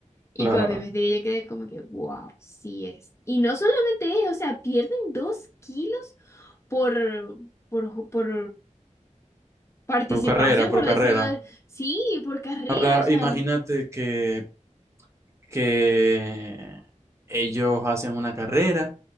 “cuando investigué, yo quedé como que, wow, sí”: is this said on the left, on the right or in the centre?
Left